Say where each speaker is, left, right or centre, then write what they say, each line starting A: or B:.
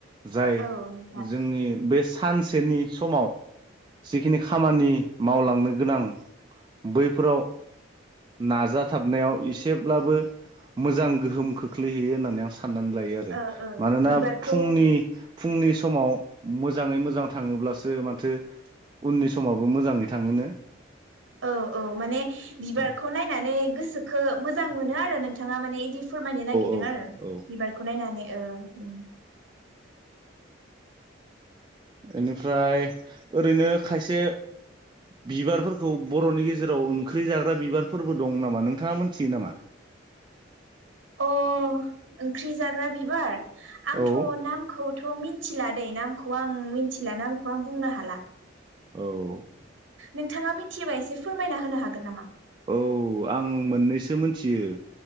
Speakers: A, on the right; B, on the right.
A: जाय
B: औ नोंथां
A: जोंनि बेस्ट सानसेनि समाव जिखिनि खामानि मावलांनो गोनां बैफोराव नाजाथाबनायाव एसेब्लाबो मोजां गोहोम खोख्लैहैयो होननानै आं सा नानै लायो आरो।
B: ओ ओ
A: मानोना
B: बिबारखौ
A: फुंनि फुंनि समाव मोजाङै मोजां थाङोब्लासो माथो उननि समावबो मोजाङै थाङोनो।
B: औ औ माने बिबारखौ
A: औ
B: नायनानै गोसोखो मोजां मोनो आरो नों थाङा माने इदि फोरमायनो नागिरदों
A: औ
B: आरो,
A: औ
B: बिबारखौ नायनानै ओं। उम
A: इनिफ्राय ओरैनो खायसे बिबारफोरखौ बर'नि गेजेराव ओंख्रि जाग्रा बिबारफोरबो दं नामा नोंथाङा मोनथियो नामा?
B: अ ओंख्रि जाग्रा बिबार? आंथ'
A: औ
B: नामखौथ' मिन थिलादै नामखौ आं मिनथिला नामखौ आं बुंनो हाला।
A: औ
B: नोंथाङा मिथियोबा एसे फोरमायना होनो हागोन नामा?
A: औ आं मोननैसो मोनथियो।